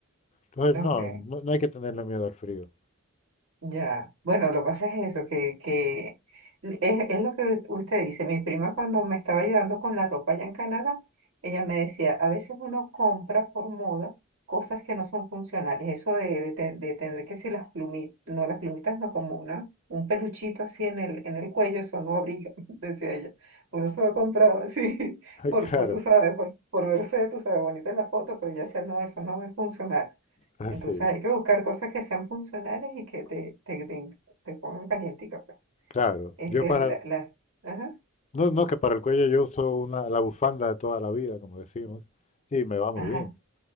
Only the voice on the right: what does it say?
ok.
Ya, bueno, lo que pasa es eso, que, que es, es lo que usted dice. Mi prima cuando me estaba ayudando con la ropa allá en Canadá, ella me decía, a veces uno compra por moda cosas que no son funcionales. Eso de, de, te- de tener que si las plumitas, no, las plumitas no, como una, un peluchito así en el, en el cuello, eso no abriga, <laughs> decía ella. Uno se lo compraba así, <laughs>
por,
por tú sabes, por, por verse, tú sabes, bonita en la foto, pero ella decía, no, eso no es funcional.
Entonces hay que buscar cosas que sean funcionales y que te, te, te, te pongan calientica, pues.
Este,
la, la- ajá,
ajá.